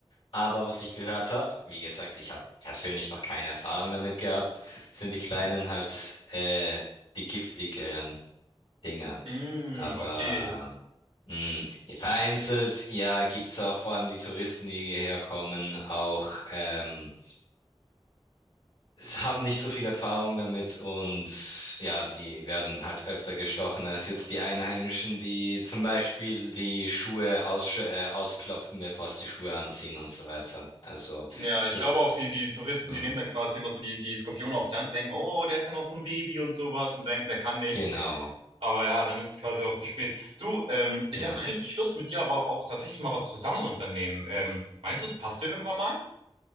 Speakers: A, on the left; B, on the right.
A: Aber was ich gehört habe, wie gesagt, ich habe persönlich noch keine Erfahrung damit gehabt, sind die kleinen halt äh, die giftigeren Dinger.
B: Ja. Mm,
A: Aber
B: okay.
A: mh, vereinzelt, ja, gibt's auch vor allem die Touristen, die hierher kommen, auch ähm, es haben nicht so viel Erfahrung damit und ja, die werden halt öfter gestochen als jetzt die Einheimischen, die zum Beispiel die Schuhe aussch- äh, ausklopfen, bevor es die Schuhe anziehen und so weiter. Also
B: Ja, ich
A: das
B: glaube auch, die, die Touristen,
A: hm,
B: die nehmen dann quasi immer so die, die Skorpione auf die Hand, denken, oh, der ist ja noch so ein Baby und sowas und denken, der kann nichts.
A: Genau,
B: Aber ja, dann ist es quasi auch zu spät. Du, ähm, ich
A: genau.
B: habe richtig Lust mit dir, aber auch tatsächlich mal was zusammen unternehmen. Ähm, meinst du, es passt dir irgendwann mal?